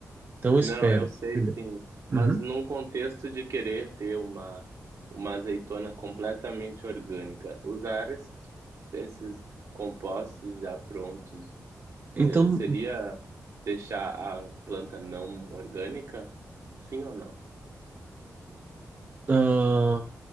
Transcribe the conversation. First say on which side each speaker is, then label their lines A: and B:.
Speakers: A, on the right (about 35°); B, on the right (about 65°).
A: Então
B: Não,
A: espera,
B: eu sei
A: primeiro.
B: sim, mas
A: Uhum.
B: num contexto de querer ter uma, uma azeitona completamente orgânica, usar esses, esses compostos já prontos, eh,
A: Então,
B: seria deixar a planta não orgânica? Sim ou não?
A: ah,